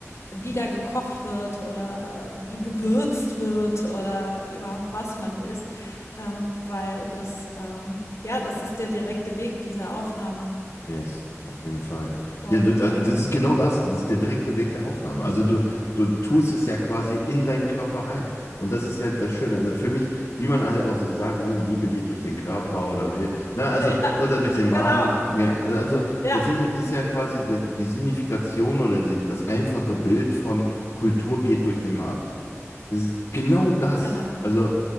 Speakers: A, on the left; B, on the left.
A: wie da gekocht wird oder, äh, wie gewürzt wird oder überhaupt was man isst, ähm, weil das, ähm ja, das ist der direkte Weg dieser Aufnahme
B: Yes, auf jeden Fall.
A: und,
B: Ja, du, äh,
A: äh,
B: das ist genau das. Das ist der direkte Weg der Aufnahme. Also du, du tust es ja quasi in deinen Körper rein. Und das ist ja das Schöne. Also für mich, wie man halt auch so sagt, ne, Liebe geht durch den Körper oder wie, na, also,
A: <laughs> ja,
B: oder durch den Magen.
A: genau,
B: Ja, also
A: ja,
B: das sind, ist ja quasi der, die Signifikation oder die, das einfache Bild von Kultur geht durch den Magen. Es ist Genau das.
A: genau.
B: Also